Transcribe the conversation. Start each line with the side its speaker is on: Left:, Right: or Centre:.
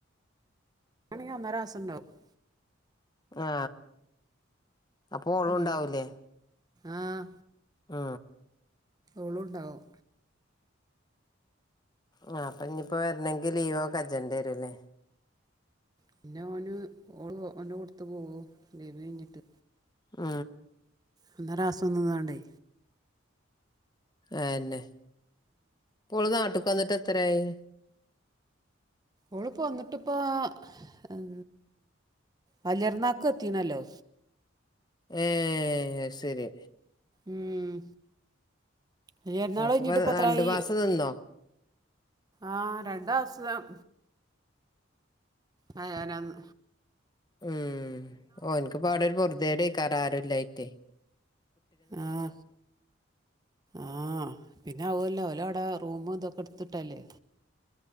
Right: മാണെങ്കി ഒന്നരാസം ണ്ടാവും
Left: ആ അപ്പൊ ഓളുണ്ടാവൂലേ
Right: ഉം ആഹ്
Left: ആ
Right: ഓളുണ്ടാവും
Left: ആ അപ്പൊ ഇഞ്ഞിപ്പോ വരണെങ്കിൽ ലീവോക്കെ കജ്ജണ്ടിവരൂല്ലേ
Right: പിന്നെ ഓന് ഓളും ഓന്റെ കൂട്ടത്ത് പോകും ലീവ് കഴിഞ്ഞിട്ട്
Left: ആ
Right: ഒന്നരാസം നിന്നാണ്ടേ
Left: ആന്നെ പ്പോൾ നാട്ട് വന്നിട്ട് എത്രായി
Right: ഓളിപ്പോ വന്നിട്ട്പ്പൊ ഉം വല്യര്ന്നാക്ക് എത്തീണല്ലോ
Left: ഏ അയ് ശരി
Right: ഉം വലിയർന്നാൾ
Left: അപ്പപ്പ
Right: കഴിഞ്ഞിട്ട് പ്പൊത്രായി
Left: രണ്ടു മാസം നിന്നോ
Right: ആ രണ്ടാസം ആ ആരാ <unintelligible> ണ്
Left: ഉം ഓന്ക്ക് പ്പൊ അവുടെ ഒരു പൊറുതെടക്കാരം ആരുല്ലായിറ്റേ
Right: ആഹ ആഹ പിന്നെ അവുല്ല ഓല അവിടെ റൂമും ഇതൊക്കെ എടുത്തിട്ടല്ലേ